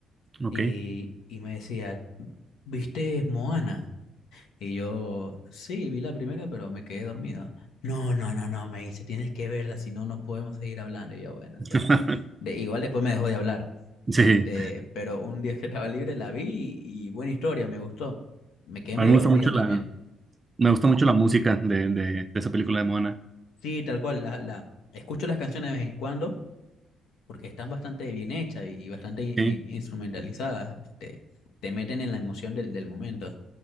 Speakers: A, on the right; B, on the left.
A: Ok.
B: y, y me decía, ¿viste Moana? Y yo, sí, vi la primera, pero me quedé dormido. No, no, no, no, me dice, tienes que verla, si no, no podemos seguir hablando. Y yo, bueno, después
A: <laughs>
B: De, igual después me dejó de hablar.
A: Sí,
B: Este, pero un día que estaba libre la vi y, y buena historia, me gustó. Me quedé
A: a
B: medio
A: mí me gusta
B: dormido
A: mucho la,
B: también.
A: Me gusta mucho la música de, de, de esa película de Moana.
B: Sí, tal cual, la, la, escucho las canciones de vez en cuando porque están bastante bien hechas y bastante in-
A: Sí,
B: in- instrumentalizadas. Te, te meten en la emoción del, del momento.